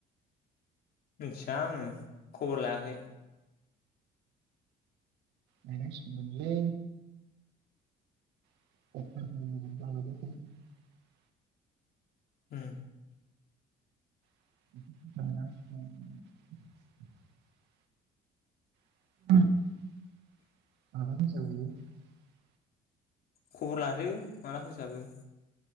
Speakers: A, on the left (about 65°); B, on the right (about 85°).
A: मिथिया आङो खबर लायाखै।
B: गायनां सिगौमोनलै। <unintelligible>
A: <unintelligible>
B: <unintelligible> <unintelligible>
A: खबर लादो माला फोसाबो